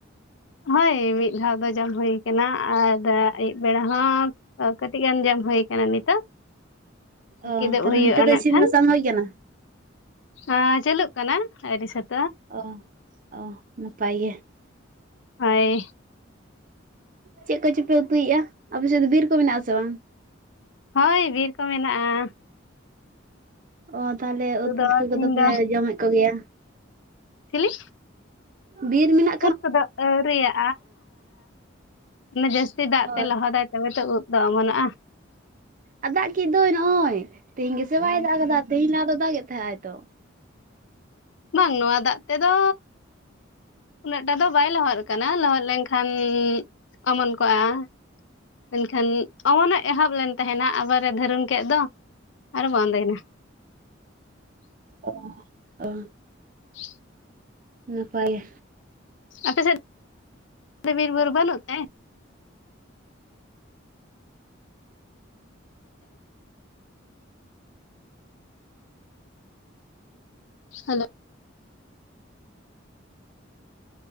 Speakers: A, on the left; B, on the right.
A: ᱦᱳᱭ ᱢᱤᱫ ᱫᱷᱟᱣ ᱫᱚ ᱡᱚᱢ ᱦᱩ ᱟᱠᱟᱱᱟ ᱟᱨ ᱟᱹᱭᱩᱵ ᱵᱮᱲᱟ ᱦᱚᱸ, ᱠᱟᱹᱴᱤᱡ ᱟᱹᱰᱤ ᱟᱸᱡᱚᱢ ᱦᱩᱭᱩ ᱠᱟᱱᱟ ᱱᱤᱛᱚᱜ,
B: ᱚ
A: ᱠᱤᱫᱵ
B: ᱛᱟᱦᱚᱞᱮ
A: ᱦᱩᱭᱩᱜᱼᱟ
B: ᱱᱤᱛᱚᱜ ᱫᱚ
A: ᱱᱟᱜ
B: ᱤᱥᱤᱱ
A: ᱠᱷᱟᱱ᱾
B: ᱵᱟᱥᱟᱝ ᱦᱩᱭ ᱠᱟᱱᱟᱟᱱᱟ᱾
A: ᱩ ᱪᱟᱹᱞᱩᱜ ᱠᱟᱱᱟ ᱟᱹᱰᱤ ᱥᱟᱛ
B: ᱚ ᱚ ᱱᱟᱯᱟᱭ ᱜᱮ ᱾
A: ᱦᱚᱭ
B: ᱪᱮᱫ ᱠᱚᱪᱚᱯᱮ ᱩᱛᱩᱭᱮᱫᱼᱟ, ᱟᱯᱮ ᱥᱮᱫ ᱫᱚ ᱵᱤᱨ ᱠᱚ ᱢᱮᱱᱟᱜ ᱟᱥᱮ ᱵᱟᱝ?
A: ᱦᱳᱭ ᱵᱤᱨ ᱠᱚ ᱢᱮᱱᱟᱜᱼᱟ᱾
B: ᱚ ᱛᱟᱦᱞᱮ ᱩᱫ
A: ᱫᱚ
B: ᱩᱛᱩ ᱠᱚᱫᱚ
A: ᱛᱤᱦᱤᱧ
B: ᱯᱮ
A: ᱫᱚ
B: ᱡᱚᱢᱮᱫ ᱠᱚᱜᱮᱭᱟ᱾
A: ᱪᱮᱞᱤ?
B: ᱵᱤᱨ ᱢᱮᱱᱟᱜᱼᱼ
A: ᱩᱫ ᱠᱚᱫᱚ ᱟᱣᱨᱟᱜᱼᱟ, ᱟᱨ ᱡᱟᱹᱥᱛᱤ ᱫᱟᱜ ᱛᱮ
B: ᱚ
A: ᱞᱟᱦᱚ ᱫᱟᱭ᱾ ᱛᱚᱵᱮ ᱛᱚ ᱩᱵ ᱫᱚ ᱚᱢᱚᱱᱚᱜᱼᱟ᱾
B: ᱟᱫᱚ ᱫᱟᱜ ᱠᱮᱫ ᱫᱚᱭ ᱱᱚᱜᱼᱚᱭ, ᱛᱮᱦᱮᱧ ᱜᱮᱥᱮ ᱵᱟᱭ ᱫᱟᱜ ᱠᱟᱫᱟ ᱛᱮᱦᱮᱧ ᱞᱟᱦᱟ ᱫᱚ ᱫᱟᱜ ᱮ ᱮᱫ ᱛᱟᱦᱮᱸᱜ ᱛᱚ᱾
A: ᱵᱟᱝ ᱱᱚᱣᱟ ᱫᱟᱜ ᱛᱮᱫᱚᱼᱼ ᱩᱱᱟᱹᱜ ᱴᱟ ᱫᱚ ᱵᱟᱭ ᱞᱚᱦᱚᱫ ᱠᱟᱱᱟ, ᱞᱚᱦᱚᱫ ᱞᱮᱱᱠᱷᱟᱱ ᱚᱢᱚᱱ ᱠᱚᱜᱼᱟ᱾ ᱢᱮᱱᱠᱷᱟᱱ ᱚᱢᱚᱱᱚᱜ ᱮᱦᱚᱵ ᱞᱮᱱ ᱛᱟᱦᱮᱱᱟ ᱟᱵᱟᱨᱮ ᱫᱷᱟᱹᱨᱚᱢ ᱠᱮᱫ ᱫᱚ, ᱟᱨ ᱵᱚᱱᱫᱚᱭᱱᱟ᱾
B: ᱚᱼ ᱚᱼ
A: <unintelligible>
B: ᱱᱟᱯᱟᱭᱟᱼᱼ
A: ᱟᱯᱮ ᱥᱮᱫ <unintelligible> ᱵᱤᱨᱵᱩᱨᱩ ᱵᱟᱹᱱᱩᱜ ᱛᱮ? ᱦᱮᱞᱳ᱾